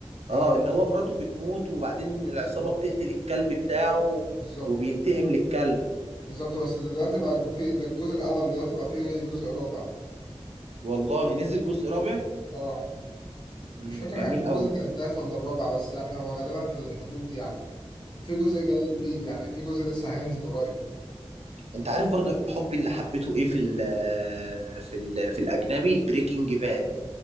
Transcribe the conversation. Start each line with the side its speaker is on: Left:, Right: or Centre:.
Left: يعني
Right: اه اللي هو مراته بتموت وبعدين العصابة
Left: بالظبط
Right: بتقتل الكلب بتاعه
Left: بالظبط
Right: وبينتقم للكلب
Left: بالظبط بس دلوقتي بقى الج- في ده الجزء الاول دلوقتي بقى فيه جزء رابع
Right: والله نزل جزء رابع
Left: اه
Right: امم
Left: مش فاكر
Right: جميل
Left: اخر جزء
Right: قوي
Left: كان التالت ولا الرابع بس يعني هو غالبا في الحدود دي يعني وفي جزء جاي جديد يعني في جزء لسه هينزل قريب
Right: انت عارف برضو حبي اللي حبيته ايه في ال في ال في الاجنبي بريكنج باد